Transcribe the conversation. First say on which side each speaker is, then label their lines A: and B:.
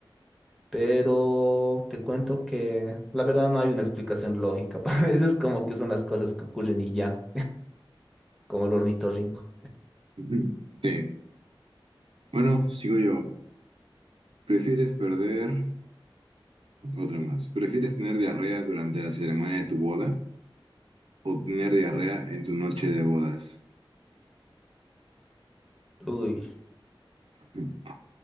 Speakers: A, in the centre; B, on the right.
A: Pero te cuento que la verdad no hay una explicación lógica. <laughs> Para veces como que son las cosas que ocurren y ya, como el ornitorrinco.
B: <laughs> Sí. Bueno, sigo yo. ¿Prefieres perder? Otra más. ¿Prefieres tener diarrea durante la ceremonia de tu boda o tener diarrea en tu noche de bodas?
A: Uy.
B: <laughs>